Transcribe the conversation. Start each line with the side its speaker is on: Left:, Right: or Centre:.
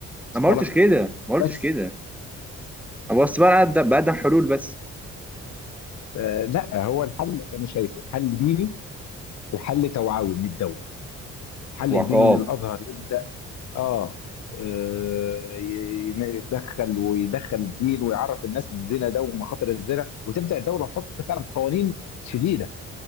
Left: مصطلح
Centre: انا ما قلتش كده ما قلتش
Left: بس
Centre: كده انا بس بقى بقدم بقدم حلول بس
Left: فلا هو الحل انا شايفه حل ديني وحل توعوي من الدوله الحل
Centre: وعقاب
Left: الديني ان الازهر يبدا اه آه، ي- يدخل ويدخل الدين ويعرف الناس الزنا ده ومخاطر الزنا وتبدا الدوله تحط فعلا قوانين شديده